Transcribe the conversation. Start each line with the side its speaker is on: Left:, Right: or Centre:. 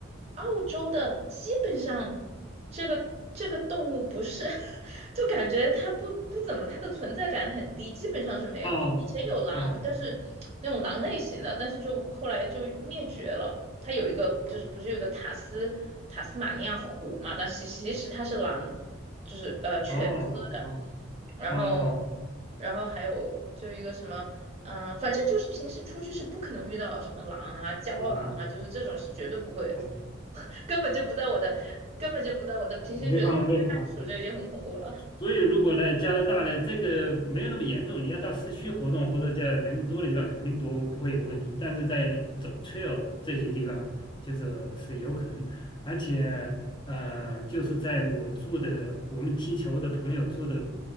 Right: 澳洲的基本上这个这个动物不是，<laughs> 就感觉它不不怎么，它的存在感很低，基本上是没有。
Left: 哦哦
Right: 以前有狼，但是那种狼类型的，但是就后来就灭绝了。它有一个就是不是有个塔斯塔斯马尼亚虎嘛，
Left: 哦
Right: 但是其实它是狼，就是呃犬科的。
Left: 哦哦。
Right: 然后，
Left: 哦哦
Right: 然后还有就一个什么，嗯、反正就是平时出去是不可能遇到什么狼啊、郊狼啊，
Left: 哦哦
Right: 就是这种是绝对不会，
Left: 哦，
Right: <laughs> 根本就不在我的，根本就不在我的。平时觉得遇到袋鼠就已经很恐怖了。
Left: 考虑范围内哈。所以如果来加拿大呢，这个没有那么严重，你要到市区活动或者在人多的地方，肯定不不会有问题。但是在走 trail 这些地方，就是是有可能，而且呃，就是在我住的我们踢球的朋友住的，